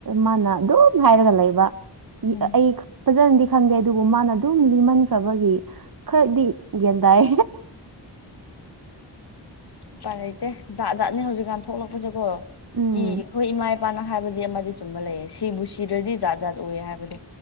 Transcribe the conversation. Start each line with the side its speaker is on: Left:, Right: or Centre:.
Right: ꯃꯥꯅ ꯑꯗꯨꯝ ꯍꯥꯏꯔꯒ ꯂꯩꯕ ꯑꯩ
Left: ꯎꯝ
Right: ꯑꯩ ꯈꯥ ꯐꯖꯅꯗꯤ ꯈꯪꯗꯦ ꯑꯗꯨꯕꯨ ꯃꯥꯅ ꯑꯗꯨꯝ ꯂꯤꯃꯟꯈ꯭ꯔꯕꯒꯤ ꯈꯔꯗꯤ ꯒ꯭ꯌꯥꯟ ꯇꯥꯏ
Left: ꯎꯄꯥꯏ ꯂꯩꯇꯦ ꯖꯥꯠ ꯖꯥꯠꯅꯦ ꯍꯧꯖꯤꯛꯀꯥꯟ ꯊꯣꯛꯂꯛꯄꯁꯦꯀꯣ
Right: ꯎꯝ
Left: ꯏꯔꯤ ꯈꯣꯏ ꯏꯃꯥꯥꯏ ꯕꯥꯅ ꯍꯥꯏꯕꯗꯤ ꯑꯃꯗꯤ ꯆꯨꯝꯕ ꯂꯩꯌꯦ ꯁꯤꯕꯨ ꯁꯤꯗ꯭ꯔꯗꯤ ꯖꯥꯠ ꯖꯥꯠ ꯎꯏ ꯍꯥꯏꯕꯗꯣ